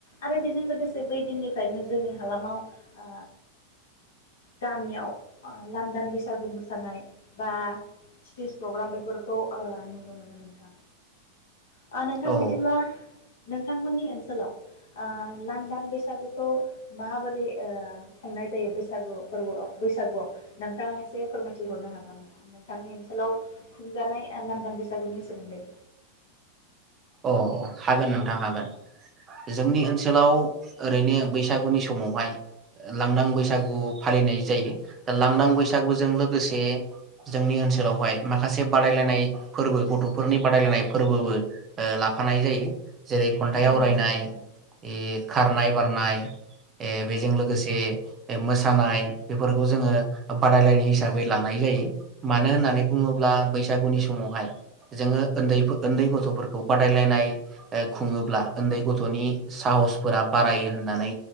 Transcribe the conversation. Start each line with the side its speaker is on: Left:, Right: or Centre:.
Left: आरो बेजों लोगोसे बै दिननिफ्रायनो जोंनि हालामाव अ गामियाव लांदां बैसागु मोसानाय बा स्टेज प्रग्राम बेफोरखौ अ नुनो मोनो नोंथां अ नोंथां
Right: औ
Left: बिदिब्ला नोंथांमोननि ओनसोलाव अ लानदान बैसागुखौ माबोरै अ खुंनाय जायो बैसागु फोरबोआव बैसागुआव नोंथाङा एसे फोरमायथिहरनो हागोन नामा नोंथांनि ओनसोलाव खुंजानाय अ लांदां बैसागुनि सोमोनदै
Right: औ हागोन नोंथां हागोन जोंनि ओनसोलाव ओरैनो बैसागुनि समावहाय लांदां बैसागु फालिनाय जायो दा लांदां बैसागुजों लोगोसे जोंनि ओनसोलावहाय माखासे बादायलायनाय फोरबो गथ'फोरनि बादायलायनाय फोरबोबो ओ ला फानाय जायो जेरै खन्थाइ
Left: नंगौ
Right: आवरायनाय
Left: नोंथां
Right: ए खारनाय बारनाय ए बेजों लोगोसे मोसानाय बेफोरखौ जोङो बादायलायनाय हिसाबै लानाय जायो मानो होननानै बुङोब्ला बैसागुनि समावहाय जोङो उन्दै उन्दै गथ'फोरखौ बादायलायनाय अ खुङोब्ला उन्दै गथ'नि साहसफोरा बारायो होननानै